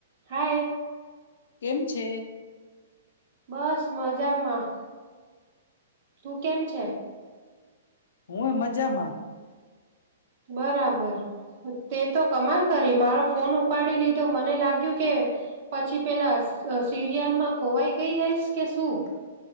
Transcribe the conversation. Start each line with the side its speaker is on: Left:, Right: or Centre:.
Right: હાય
Left: કેમ છે?
Right: બસ મજામાં. તું કેમ છે?
Left: હું મજામાં.
Right: બરાબર, તે તો કમાલ કરી મારો ફોન ઉપાડી લીધો મને લાગ્યું કે પછી પહેલા સીરીયલ માં ખોવાઈ ગઇ હોઈશ છે શું.